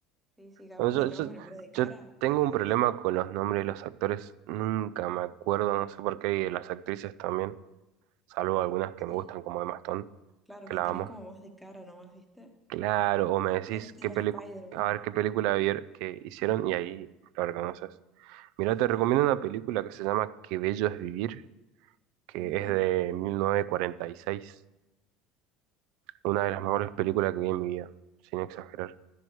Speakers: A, in the centre; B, on the right.
A: Sí, sí, capaz
B: Bueno, yo,
A: de nombre,
B: yo,
A: pero de cara
B: yo tengo
A: los
B: un
A: tenés.
B: problema con los nombres de los actores. Nunca me acuerdo, no sé por qué, y de las actrices también, salvo algunas que me
A: Sí,
B: gustan como Emma Stone.
A: claro,
B: que
A: los
B: la
A: tenés
B: vamos.
A: como más de cara nomás, ¿viste?
B: Claro,
A: Como,
B: o me decís
A: este
B: qué
A: era
B: película,
A: Spider-Man.
B: a ver qué película vier- que hicieron y ahí lo reconoces. Mira,
A: Sí.
B: te recomiendo una película que se llama Qué bello es vivir, que
A: Ujú,
B: es de 1946. una de las
A: Mira.
B: mejores películas que vi en mi vida, sin exagerar.